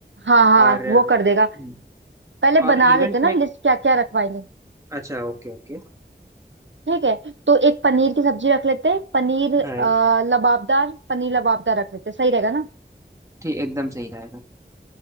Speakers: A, on the right; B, on the right.
A: हाँ हाँ
B: और हम्म,
A: वो कर देगा पहले
B: और
A: बना
B: इवेंट
A: लेते हैं
B: में
A: ना लिस्ट क्या क्या रखवाएंगे
B: अच्छा ओके ओके
A: ठीक है तो एक पनीर की सब्जी रख लेते हैं पनीर अ,
B: हाँ
A: लबाबदार पनीर लबाबदार रख लेते हैं सही रहेगा ना
B: ठीक एकदम सही रहेगा